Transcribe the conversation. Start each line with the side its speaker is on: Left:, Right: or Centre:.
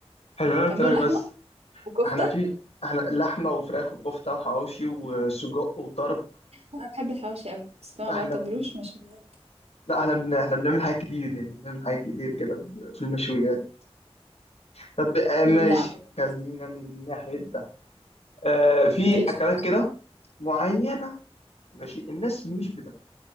Left: احنا مش بنعمل
Right: تعملوا
Left: فراخ
Right: لحمه
Left: بس
Right: وكفته
Left: احنا في احنا لحمه وفراخ وكفته وحواوشي وسجق وطرب
Right: انا بحب الحواوشي قوي بس ما
Left: احنا
Right: بعتبروش
Left: بن...
Right: مشويات
Left: لا احنا بن... احنا بنعمل حاجات كتير يعني بنعمل حاجات كتير كده في المشويات طب آه ماشي
Right: امم لا ما بحب-
Left: خلينا من ناحيه ده آه في
Right: ماليش
Left: اكلات
Right: فيه بصراحة.
Left: كده معينه ماشي الناس مش بتاكلها